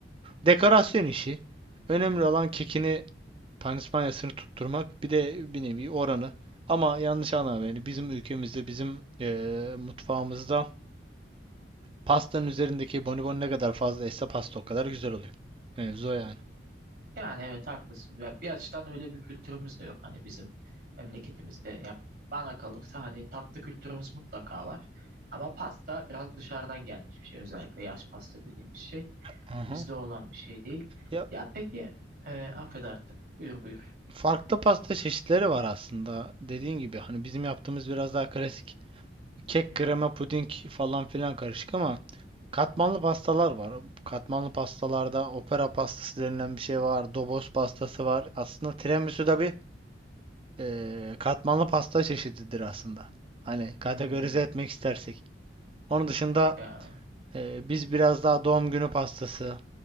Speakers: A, on the right (about 30°); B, on the right (about 55°).
A: dekorasyon işi. Önemli olan kekini, panispanyasını tutturmak. Bir de bir nevi oranı. Ama yanlış anlama beni. Bizim ülkemizde, bizim eee, mutfağımızda Pastanın üzerindeki bonibon ne kadar fazlaysa pasta o kadar güzel oluyor. Mevzu o yani.
B: Yani evet haklısın. Ya bir açıdan öyle bir kültürümüz de yok hani bizim memleketimizde. Ya bana kalırsa hani tatlı kültürümüz mutlaka var. Ama pasta biraz dışarıdan gelmiş bir şey. Özellikle yaş pasta dediğimiz şey.
A: Hı
B: Hani bizde
A: hı.
B: olan bir şey değil.
A: Ya
B: Ya peki e, affedersin. Buyur buyur.
A: Farklı pasta çeşitleri var aslında. Dediğin gibi hani bizim yaptığımız biraz daha klasik. Kek,
B: Hı
A: krema,
B: hı.
A: puding falan filan karışık ama katmanlı pastalar var. Katmanlı pastalarda opera pastası denilen bir şey var. Dobos pastası var. Aslında tiramisu da bir eee, katmanlı pasta çeşididir aslında. Hani kategorize
B: Hmm,
A: etmek istersek. Onun dışında
B: ya
A: eee, biz biraz daha doğum günü pastası,